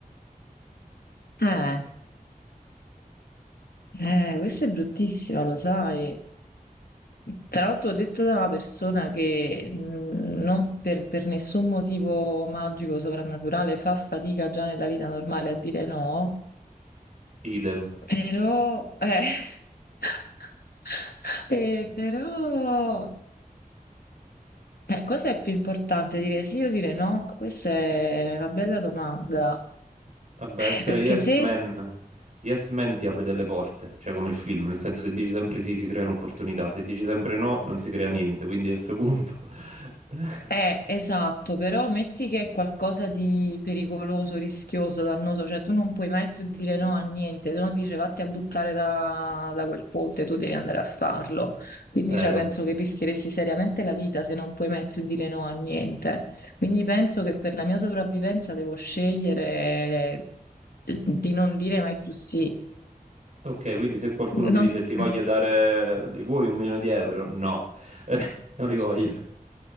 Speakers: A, on the left (about 80°); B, on the right (about 55°).
A: Eh. Eh, questa è bruttissima, lo sai. Tra l'altro, detto da una persona che mh, non per, per nessun motivo magico, soprannaturale, fa fatica già nella vita normale a dire no,
B: Idem.
A: però, eh, <laughs> eh, però, eh, cosa è più importante, dire sì o dire no? Questa è una bella domanda.
B: Vabbè, essere
A: Eh, Perché
B: yes
A: se
B: man, yes man ti apre delle porte, cioè come il film, nel senso se dici sempre sì si creano opportunità, se dici sempre no non si crea niente, quindi a questo punto... <laughs>
A: Eh, esatto, però metti che è qualcosa di pericoloso, rischioso, dannoso, cioè tu non puoi mai più dire no a niente, se no ti dice vatti a buttare da, da quel ponte, tu devi andare a farlo. Quindi
B: Vero.
A: cioè, penso che rischieresti seriamente la vita se non puoi mai più dire no a niente. Quindi penso che per la mia sopravvivenza devo scegliere eh, di non dire mai più sì.
B: Ok, quindi se qualcuno ti
A: Non-
B: dice ti voglio dare, li vuoi un milione di euro? No, <laughs> non li voglio.